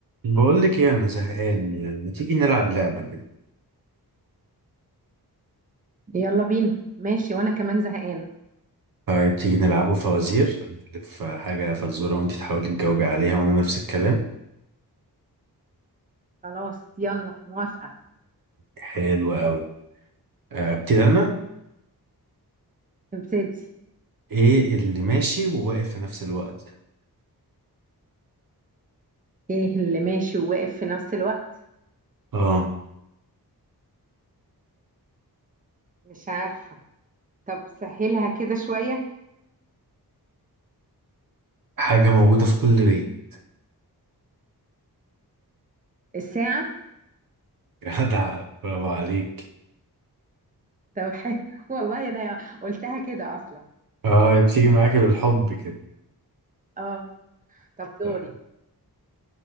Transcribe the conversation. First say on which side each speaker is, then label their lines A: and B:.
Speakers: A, on the right (about 60°); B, on the right (about 20°).
A: بقول لك ايه انا زهقان يعني ما تيجي نلعب لعبه كده
B: يلا بينا ماشي وانا كمان زهقانه
A: طيب تيجي نلعبه فوازير ألف حاجه فزوره وانت تحاولي تجاوبي عليها وانا نفس الكلام
B: خلاص يلا موافقه
A: حلو قوي آه، ابتدي انا
B: نبتدي
A: ايه اللي ماشي وواقف في نفس الوقت
B: ايه اللي ماشي وواقف في نفس الوقت
A: اه
B: مش عارفه طب سهلها كده شويه
A: حاجه موجوده في كل بيت
B: الساعه
A: <laughs> جدع برافو عليك
B: طب حلو <laughs> والله انا قلتها كده اصلا
A: اه بتيجي معاكي بالحب كده
B: اه طب دوري
A: طيب،